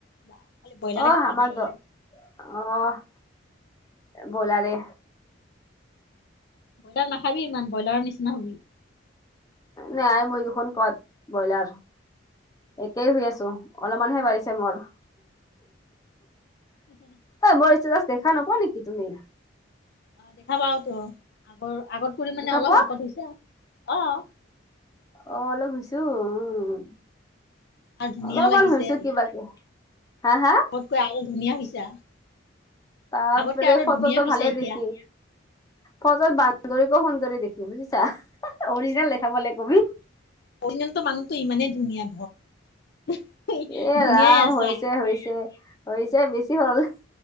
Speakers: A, on the left (about 55°); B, on the left (about 20°).
A: বা খালি ব্ৰইলাৰে
B: অ
A: খোৱা
B: আমাৰ
A: নে
B: দ
A: কি?
B: অ', ব'ইলাৰে।
A: ব্ৰ'ইলাৰ নাখাবি ইমান ব্ৰইলাৰৰ নিচিনা হবি।
B: নাই মই দেখোন ক'ত ব্ৰইলাৰ একেই হৈ আছো। অলপমান হে বাঢ়িছে মোৰ।
A: <inaudible>
B: অই মোৰ ষ্টেটাছ দেখা নোপোৱা নেকি তুমি?
A: অ', দেখা পাওঁতো আগৰ আগত কৰি
B: দেখা
A: মানে অলপ
B: পোৱা
A: শকত হৈছা অ'।
B: অ', অলপ হৈছো উম।
A: আৰু ধুনীয়াও
B: অলপমান
A: লাগিছে
B: হৈছো কিবাকে হা হা?
A: কৈ আৰু ধুনীয়া হৈছা।
B: বাপৰে
A: আগতকে আৰু
B: ফটোটো
A: ধুনীয়া হৈছা
B: ভালে
A: এতিয়া
B: দেখি। ফটোত বান্দৰীকো সুন্দৰী দেখি বুজিছা অৰিজিনেল দেখা পালে কবি।
A: অৰিজিলটো মানুহটো ইমানেই ধুনীয়া ধৰ।
B: ইয়ে
A: ধুনীয়াই
B: ৰাম
A: আছা
B: হৈছে হৈছে হৈছে বেছি হ'ল।